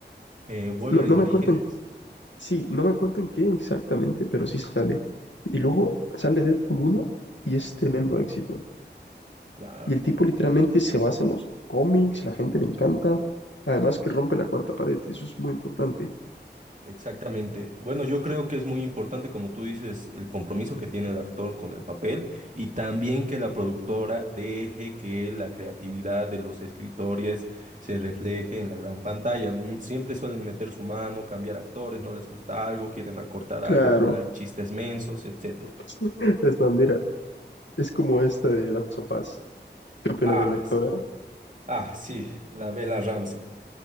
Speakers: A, on the right (about 45°); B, on the left (about 85°).
A: eh, Wolverine
B: no, no me
A: Orígenes.
B: acuerdo en, sí, no me acuerdo en qué exactamente, pero sí sale. Y luego sale Deadpool uno y es tremendo éxito.
A: Claro.
B: Y el tipo literalmente se basa en los cómics, la gente le encanta. Además que rompe la cuarta pared, y eso es muy importante.
A: Exactamente. Bueno, yo creo que es muy importante, como tú dices, el compromiso que tiene el actor con el papel y también que la productora deje que la creatividad de los escritores se refleje en la gran pantalla. Mm, Siempre suelen meter su mano, cambiar actores, no les gusta algo, quieren acortar
B: Claro,
A: algo, poner chistes mensos, etcétera.
B: <laughs> es bandera. Es como esta de las sofás. ¿Qué opinas
A: Ah,
B: de la actora?
A: s- ah, sí, la Bella Ramsey.